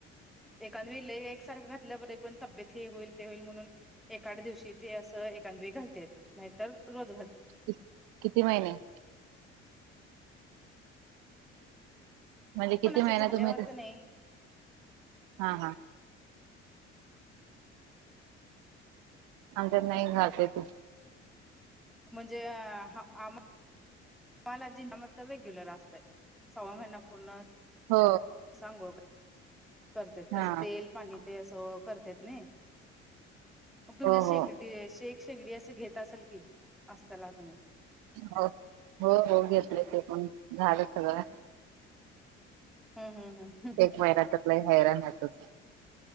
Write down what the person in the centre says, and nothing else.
एखाद्या वेळी एकसारखं घातल्याब पण तब्येत हे होईल... होईल म्हणून एका दिवशी ते असं एखादं वेळी घालते नाहीतर रोज घाल...
कोणाचं
झाल्यावर
का नाही...
म्हणजे आम्हा... मला जिं म तर रेग्युलर असत सव्वा महिन्या पूर्ण....
सांगोळ करत
तस तेल पाणी ते असं करतेत नाही मग तुमच्यात
शेगडी शेक शेगडी असं घेत असेल की असताला तुम्ही
हम् हम् हम्